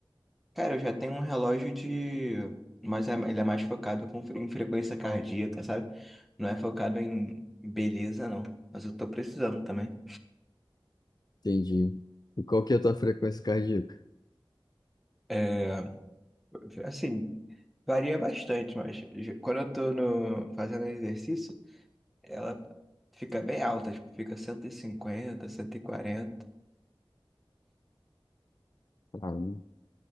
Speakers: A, in the centre; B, on the left.
A: Cara, eu já tenho um relógio de. Mas é- ele é mais focado com, em frequência cardíaca, sabe? Não é focado em beleza, não. Mas eu tô precisando também.
B: Entendi. E qual que é a tua frequência cardíaca?
A: É, assim, varia bastante, mas ge- quando eu tô no, fazendo exercício, ela fica bem alta, tipo, fica 150, 140.
B: Ah, não-